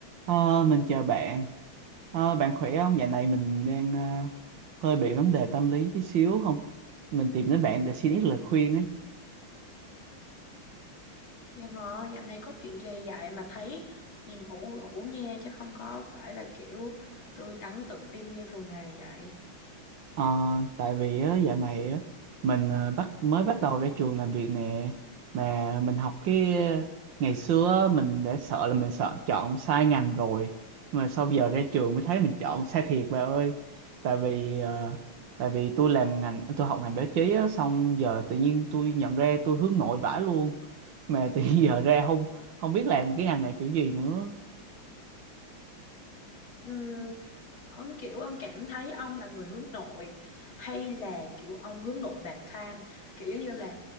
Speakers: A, on the right (about 65°); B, on the left (about 70°).
A: Ờ, mình chào bạn. Ờ, bạn khỏe không? Dạo này mình đang ờ, hơi bị vấn đề tâm lý tí xíu không? Mình tìm đến bạn để xin ít lời khuyên ấy.
B: Dạ hả, dạo này có chuyện gì vậy mà thấy nhìn ủ rũ nha, chứ không có phải là kiểu tươi tắn tự tin như thường ngày vậy.
A: Ờ, tại vì á, dạo này á, mình ờ, bắt mới bắt đầu ra trường làm việc nè mà mình học cái ngày xưa á, mình đã sợ là mình sợ chọn sai ngành rồi mà sau giờ ra trường mới thấy mình chọn sai thiệt bà ơi tại vì ờ, tại vì tôi làm ngành tôi học ngành báo chí á, xong giờ tự nhiên tôi nhận ra tôi hướng nội vãi luôn mà tự nhiên giờ ra không không biết làm cái ngành này kiểu gì nữa
B: Ừm, ông kiểu ông cảm thấy ông là người hướng nội hay là kiểu ông hướng nội bạc tham, kiểu giống như là